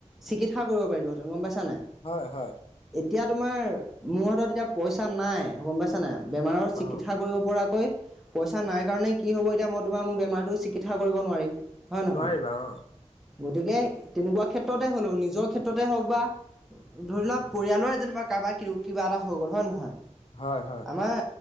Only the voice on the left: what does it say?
হয় হয়
অ
নোৱাৰিবা অ।
হয় হয়